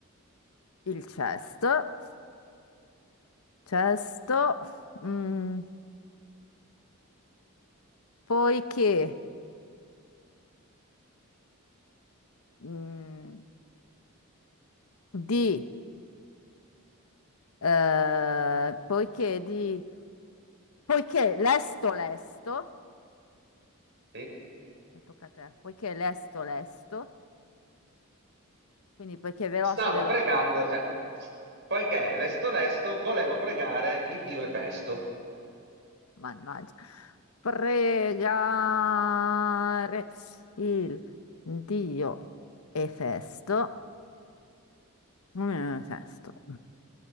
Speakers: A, on the left (about 80°); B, on the right (about 50°).
A: il cesto, cesto, mm, poiché, mm, di, eh, poiché di, poiché lesto lesto,
B: sì.
A: e tocca a te, poiché lesto lesto, quindi poiché veloce
B: Stavo
A: veloce,
B: pregando, Efe- poiché lesto lesto volevo pregare il dio Efesto.
A: mannaggia, pregare il Dio e festo. Mm, Sesto.